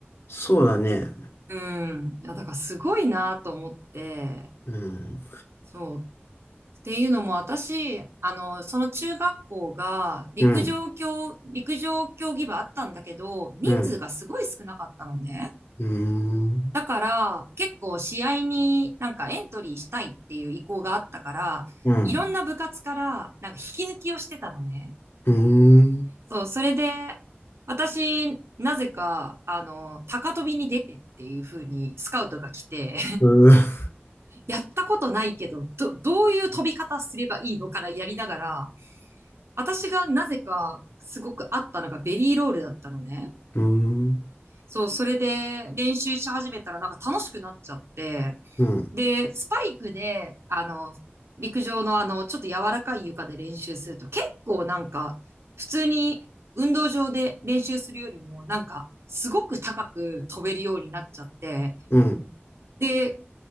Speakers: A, on the left (about 65°); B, on the right (about 85°).
A: そうだね。
B: うん。いや、だからすごいなと思って、
A: うん。
B: そう。っていうのも私、あの、その中学校が陸上競、
A: うん。
B: 陸上競技部あったんだけど、人数がすごい少なかったのね。
A: うん。うーん。
B: だから結構試合になんかエントリーしたいっていう意向があったから、
A: うん。
B: いろんな部活からなんか引き抜きをしてたのね。
A: うーん。
B: そう、それで私、なぜか、あの、高跳びに出てっていう風にスカウトが来て、
A: う
B: <laughs> やったことないけど、ど、どういう飛び方すればいいのからやりながら、私がなぜかすごく合ったのがベリーロールだったのね。
A: ーん。
B: そう、それで練習し始めたらなんか楽しくなっちゃって、
A: うん。
B: で、スパイクで、あの、陸上のあの、ちょっと柔らかい床で練習すると結構なんか、普通に運動場で練習するよりもなんか、すごく高く飛べるようになっちゃって、
A: うん。
B: で、